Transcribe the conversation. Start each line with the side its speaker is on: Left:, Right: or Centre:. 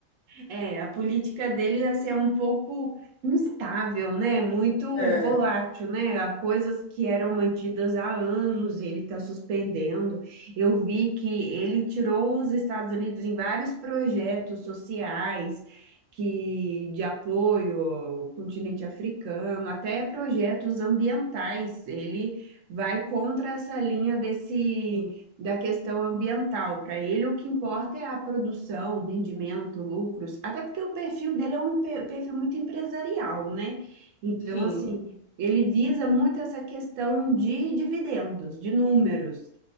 Right: É, a política deles assim, é um pouco instável, né? Muito
Left: É,
Right: volátil, né? Há coisas que eram mantidas há anos, ele está suspendendo. Eu vi que ele tirou os Estados Unidos em vários projetos sociais que de apoio ao continente africano, até projetos ambientais. Ele vai contra essa linha desse
Left: sim.
Right: da questão ambiental. Para ele, o que importa é a produção, rendimento, lucros, até porque o perfil dele é um pe- perfil muito empresarial, né? Então,
Left: Sim.
Right: assim, ele visa muito essa questão de dividendos, de números.